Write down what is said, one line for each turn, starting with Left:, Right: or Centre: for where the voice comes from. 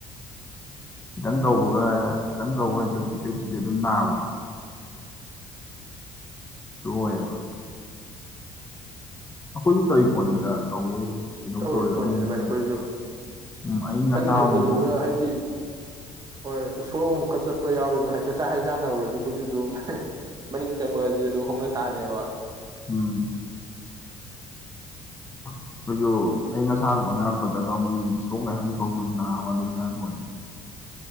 Left: ꯈꯤꯇꯪ ꯇꯧꯕꯒ ꯈꯤꯇꯪ ꯇꯧꯋꯦꯗ ꯆꯤꯄꯦ ꯆꯤꯄꯦꯠ ꯑꯗꯨꯝ ꯅꯥꯕꯗꯣ ꯑꯗꯨ ꯑꯣꯏꯌꯦꯕ ꯑꯩꯈꯣꯏꯁꯨ ꯇꯧꯔꯤ ꯄꯣꯠꯅꯤꯗ ꯇꯧꯕꯕꯨ ꯀꯩꯗꯧ
Right: ꯇꯧꯔꯤ
Left: ꯇꯧꯋꯦꯗ
Right: ꯄꯣꯠꯅꯤꯅ
Left: ꯑꯃꯨꯛ
Right: ꯚꯥꯏ ꯑꯩꯈꯣꯏꯁꯨ
Left: ꯎꯝ ꯑꯏꯪ
Right: ꯈꯤꯇꯪ
Left: ꯑꯁꯥ
Right: ꯍꯦꯟꯖꯜꯂꯨꯕ
Left: ꯑꯃꯨꯛ ꯎꯝ
Right: ꯍꯥꯏꯗꯤ ꯍꯣꯏ ꯎꯁꯣ ꯑꯃꯨꯛꯀ ꯆꯠꯄ ꯌꯥꯎꯔꯨꯕ ꯍꯥꯏꯇꯥꯔꯦ ꯆꯥꯛ ꯍꯩꯖꯥꯟꯅꯔꯨꯔꯗꯤ ꯑꯩꯈꯣꯏꯁꯨ ꯑꯗꯨꯝ ꯃꯅꯤꯡ ꯆꯪꯕ ꯑꯁꯤꯗꯤ ꯑꯗꯨꯝ ꯍꯧꯅ ꯁꯥ ꯑꯕ
Left: ꯎꯝ ꯑꯩꯈꯣꯏꯁꯨ ꯑꯏꯪ ꯑꯁꯥꯒ ꯑꯣꯟꯅꯔꯛꯄꯗꯒ ꯑꯃꯨꯛ ꯁꯣꯛ ꯂꯥꯏꯍꯧ ꯊꯣꯛꯧ ꯅꯥꯕ ꯑꯗꯨꯝ ꯌꯥꯏ ꯄꯣꯠꯅꯤ